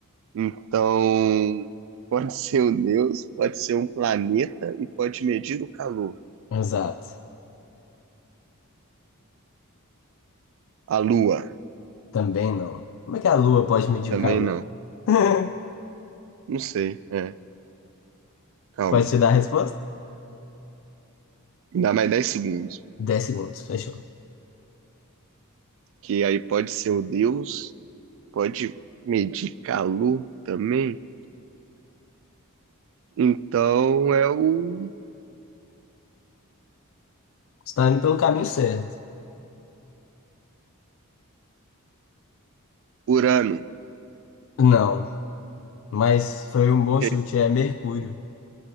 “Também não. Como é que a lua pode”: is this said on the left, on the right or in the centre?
Left